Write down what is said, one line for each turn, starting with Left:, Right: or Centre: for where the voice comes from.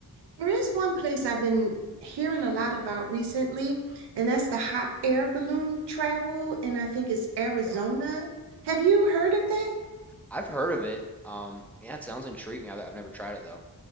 Right: There is one place I've been hearing a lot about recently, and that's the hot air balloon travel, and I think it's Arizona.
Centre: Oh.
Right: Have you heard of that?
Centre: I've heard of it. Um, yeah, it sounds intriguing. I've, I've never tried it though.